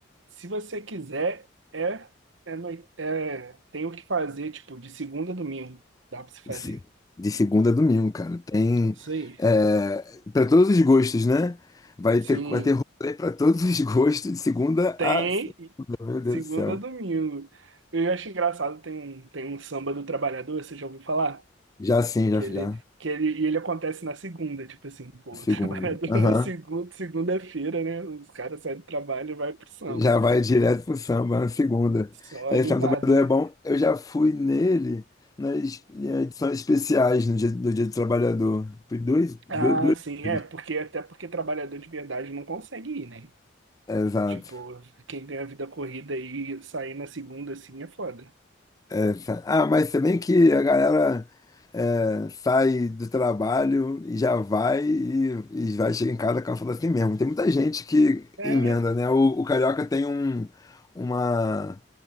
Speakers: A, on the right; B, on the left.
A: se você quiser, é, é, noi- é tem o que fazer, tipo, de segunda a domingo, dá pra você fazer.
B: De, se- de segunda a domingo, cara. Tem
A: Isso aí.
B: é... para todos os gostos, né? Vai ter,
A: Sim,
B: vai ter rolê para todos os gostos, de segunda
A: tem
B: a segunda. Meu Deus
A: segunda
B: do céu.
A: a domingo. Eu acho engraçado, tem um, tem um samba do trabalhador, você já ouviu falar?
B: Já sim,
A: Que
B: já, já.
A: ele, que ele, e ele acontece na segunda, tipo assim, pô,
B: Segunda.
A: o <laughs> trabalhador
B: Aham.
A: na segunda, segunda-feira, né? Os caras saem do trabalho e vai pro samba.
B: Já vai direto pro samba, na segunda.
A: Só
B: É,
A: animado,
B: Samba Trabalhador
A: né?
B: é bom. Eu já fui nele nas eh, edições especiais no dia, do Dia do Trabalhador. Fui dois, do-
A: Ah,
B: duas
A: sim,
B: vezes.
A: é, porque até porque trabalhador de verdade não consegue ir, né?
B: Exato.
A: Tipo, quem ganha vida corrida e sair na segunda assim é foda.
B: Essa. Ah, mas também que a galera é, sai do trabalho e já vai e, e vai chegar em casa cansado assim mesmo. Tem muita gente que
A: É,
B: emenda,
A: né?
B: né? O, o carioca tem um, uma